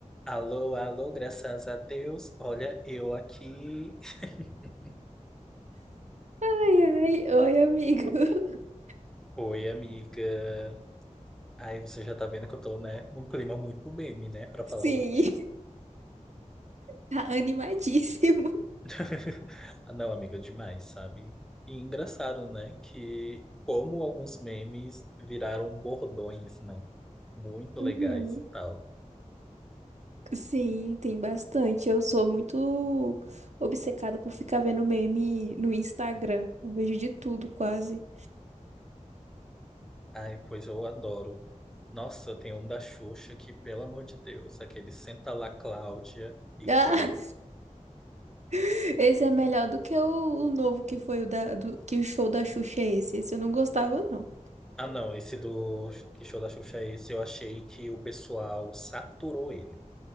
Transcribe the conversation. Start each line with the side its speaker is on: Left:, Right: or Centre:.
Centre: Alô, alô, graças a Deus. Olha, eu aqui. <laughs>
Right: Ai, ai, oi, amigo. <laughs>
Centre: Oi, amiga. Ai, você já tá vendo que eu tô, né, num clima muito meme, né, pra falar
Right: Sim,
Centre: hoje.
Right: tá animadíssimo.
Centre: <laughs> Ah, não, amiga, demais, sabe? E engraçado, né, que como alguns memes viraram bordões, né? Muito
Right: Uhum.
Centre: legais e tal.
Right: Sim, tem bastante. Eu sou muito obcecada por ficar vendo meme no Instagram. Eu vejo de tudo, quase.
Centre: Ai, pois eu adoro. Nossa, tem um da Xuxa que, pelo amor de Deus, aquele Senta lá, Cláudia, icônico.
Right: Ah, <laughs> esse é melhor do que o, o novo que foi o da, do, que o show da Xuxa é esse. Esse eu não gostava, não.
Centre: Ah, não, esse do Que Show da Xuxa é esse, eu achei que o pessoal saturou ele.